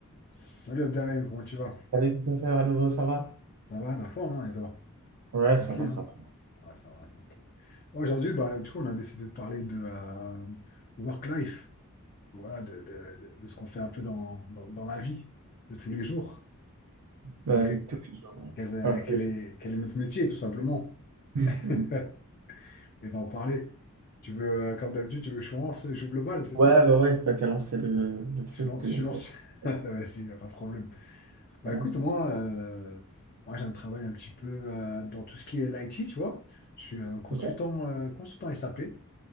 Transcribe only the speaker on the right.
Salut Christopher, à nouveau, ça va?
Ouais,
ça va, ça
va.
Dans la vie
de tous les jours. Ouais,
Alors
que-
<laughs>
ouais, bah ouais, pas qu'à lancer le, le truc,
donc
euh,
ouais,
lance,
hein.
Ok.